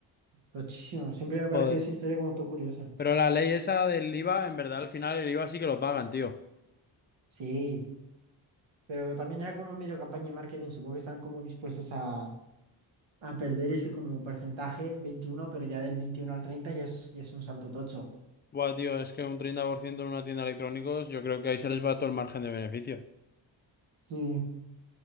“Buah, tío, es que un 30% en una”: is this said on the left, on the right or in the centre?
Left